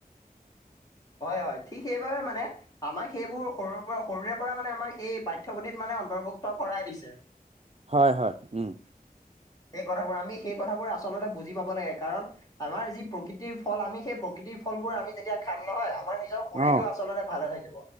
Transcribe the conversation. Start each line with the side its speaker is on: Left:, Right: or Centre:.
Left: হয়-হয় ঠিক সেইবাবে মানে আমাক সেইবোৰ সৰুৰ পৰা সৰুৰে পৰা মানে আমাক সেই পাঠ্যপুথিত মানে অন্তৰ্ভুক্ত কৰাই দিছে।
Right: হয় -হয়, উম।
Left: সেই কথাবোৰ আমি সেই কথাবোৰ আচলতে বুজি পাব লাগে কাৰণ আমাৰ যি প্ৰকৃতিৰ ফল আমি সেই প্ৰকৃতিৰ ফলবোৰ আমি যেতিয়া খাম নহয় আমাৰ শৰীৰতটো
Right: অ
Left: আচলতে ভালে থাকিব,